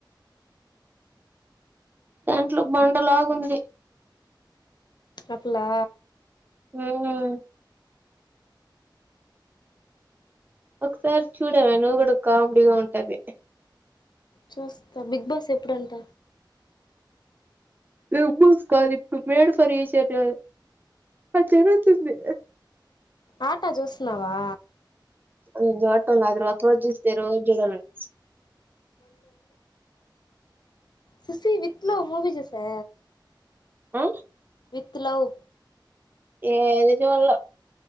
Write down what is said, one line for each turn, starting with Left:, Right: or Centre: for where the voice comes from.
Right: దాంట్లో బండలాగుంది
Left: ఆ పిల్లా
Right: మ్మ్ ఒకసారి చూడవ నువ్వు కూడా కామెడీగా ఉంటది
Left: చూస్తా బిగ్ బాస్ ఎప్పుడంట
Right: బిగ్ బాస్ కాదు ఇప్పుడు మేడ్ ఫర్నీ ఈచ్ ఆథర్ అది జరుగుతుంది
Left: ఆటా చూస్తున్నావా
Right: చూడటంలే అది ఒక రోజు చూసి తే రోజు చూడాలనిపిస్
Left: సుశీ విట్లో మూవీ జూసా
Right: ఆ
Left: విత్ లవ్
Right: ఏది చూడలా